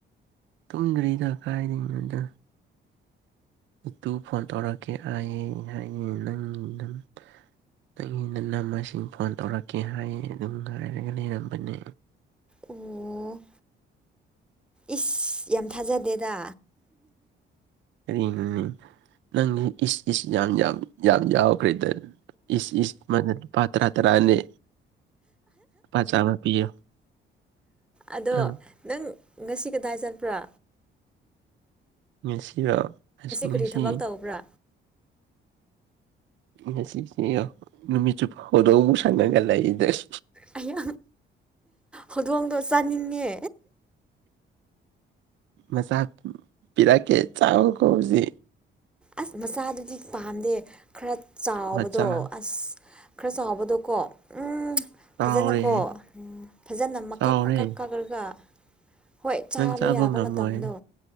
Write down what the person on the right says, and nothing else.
ꯇꯨꯝꯗ꯭ꯔꯤꯗ ꯀꯥꯏꯗꯩꯅꯣꯗ ꯏꯇꯨ ꯐꯣꯟ ꯇꯧꯔꯛꯀꯦ ꯑꯩꯥꯏꯌꯦ ꯍꯥꯏ ꯅꯪꯝ ꯅꯪꯒꯤ ꯅꯅꯝꯃꯁꯤꯡ ꯐꯣꯟ ꯇꯧꯔꯛꯀꯦ ꯍꯥꯏꯌꯦ ꯑꯗꯨꯝ ꯉꯥꯏꯔꯒ ꯂꯩꯔꯝꯕꯅꯦ
ꯀꯔꯤꯅꯣ ꯅꯪꯗꯤ ꯏꯁ ꯏꯁ ꯌꯥꯝ ꯌꯥꯝ ꯌꯥꯝ ꯌꯥꯎꯈ꯭ꯔꯦꯗ ꯏꯁ ꯏꯁ ꯂꯨꯄꯥ ꯇꯔꯥ ꯇꯔꯥꯅꯤ ꯂꯨꯄꯥ ꯆꯥꯃ ꯄꯤꯌꯣ
ꯅꯪ
ꯉꯁꯤꯔꯣ ꯉꯁꯤ
ꯉꯁꯤꯁꯦ ꯉꯥꯈꯣ ꯅꯨꯃꯤꯠ ꯆꯨꯞꯄ ꯍꯧꯗꯣꯡ ꯁꯪꯉꯒ ꯂꯩꯗꯣꯏ
ꯃꯆꯥꯛ ꯄꯤꯔꯛꯀꯦ ꯆꯥꯎꯌꯣꯀꯣ ꯍꯨꯖꯤꯛ
ꯃꯆꯥ
ꯆꯥꯎꯔꯦ
ꯆꯥꯎꯔꯦ
ꯅꯪ
ꯉꯝꯃꯣꯏ